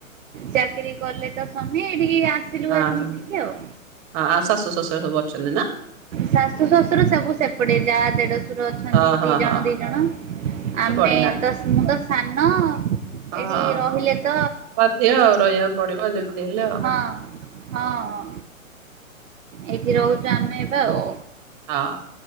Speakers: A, on the right; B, on the right.
A: ଚାକିରୀ କଲେ ତ ସ୍ୱାମୀ ଏଠିକି ଆସ୍ ଆସିଲୁହରି
B: ହଁ ହଁ
A: ମିଶିକି ଆଉ।
B: ହଁ ଆଉ ଶାଶୁ ଶ୍ୱଶୁର ସବୁ ଅଛନ୍ତି ନା
A: ଶାଶୁ, ଶ୍ୱଶୁର ସବୁ ସେପଟେ ଯାଆ ଦେଢଶୁର ଅଛନ୍ତି,
B: ହଁ ହଁ
A: ଦି ଜଣ
B: ହଁ ହଁ
A: ଦି ଜଣ। ଆମେ
B: ବଢିଆ।
A: ତ ମୁଁ ତ ସାନ।
B: ହଁ
A: ଏଇଠି ରହିଲେ
B: ହଁ।
A: ତ
B: ବାଧ୍ୟ ଆଉ ରହିଆକୁ ପଡିବ ଯେମିତି ହେଲେ।
A: ହଁ ହଁ, ଏଇଠି ରହୁଚୁ ଆମେ ଏବେ ଆଉ।
B: ହଁ।